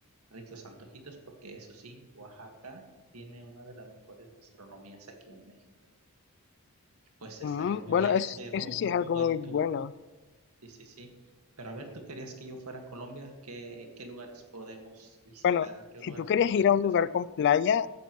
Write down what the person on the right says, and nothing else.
ricos antojitos, porque eso sí, Oaxaca tiene una de las mejores gastronomías aquí en México. Pues estaría
muy
bien
hacer
un,
un
buen
tour.
Sí, sí, sí. Pero a ver, tú querías que yo fuera a Colombia, ¿qué, qué lugares podemos visitar?
¿Qué
lugares
podemos
ir de
vacaciones?